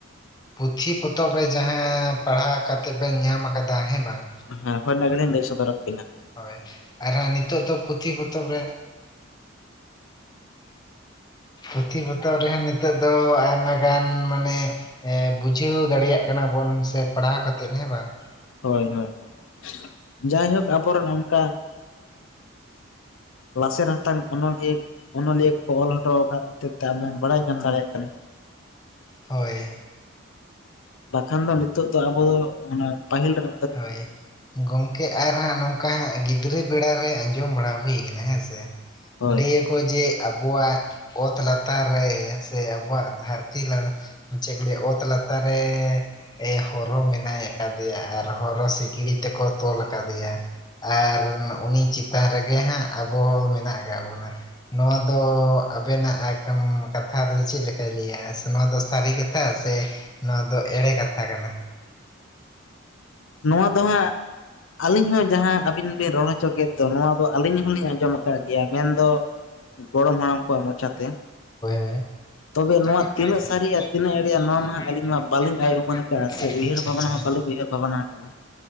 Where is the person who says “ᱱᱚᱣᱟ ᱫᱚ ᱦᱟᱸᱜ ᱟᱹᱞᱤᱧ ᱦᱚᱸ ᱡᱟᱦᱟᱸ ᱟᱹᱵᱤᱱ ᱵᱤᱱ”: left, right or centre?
Left